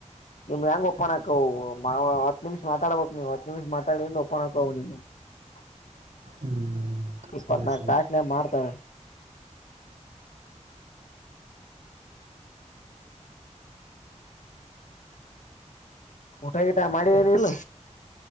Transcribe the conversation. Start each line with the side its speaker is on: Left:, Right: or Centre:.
Left: ನಿಮ್ ಹೆಂಗ ಒಪ್ಪನ್ ಹಾಕ ಮಾ ಹತ್ ನಿಮಿಷ ಮಾತಾಡ್ಬೇಕಕ್ ನೀವು ಹತ್ ನಿಮಿಷ ಮಾತಾಡಿಂದ ಒಪ್ಪನ್ ಹಾಕವು ನಿಮ್. <inaudible> <unintelligible>
Right: ಹ್ಮ್
Left: ಇಪ್ಪತ್ನಾಲ್ಕು
Right: ಸರಿ ಸರಿ
Left: ಟಾಸ್ನಗ ಮಾಡ್ತಾರೆ. ಊಟಾಗಿಟಾ ಮಾಡಿ ಹೇನ ಇಲ್ಲ.